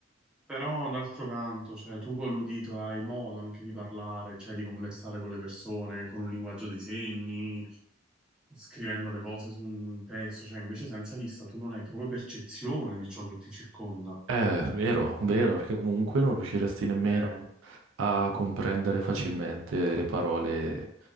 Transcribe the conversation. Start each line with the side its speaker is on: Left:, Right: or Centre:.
Centre: però d'altro canto, cioè, tu con l'udito hai modo anche di parlare, cioè di conversare con le persone, con un linguaggio dei segni, scrivendo le cose su un testo, cioè invece senza vista tu non hai proprio percezione di ciò che ti circonda.
Right: Eh, vero, vero, perché comunque non riusciresti nemmeno
Centre: Eh,
Right: a comprendere facilmente le parole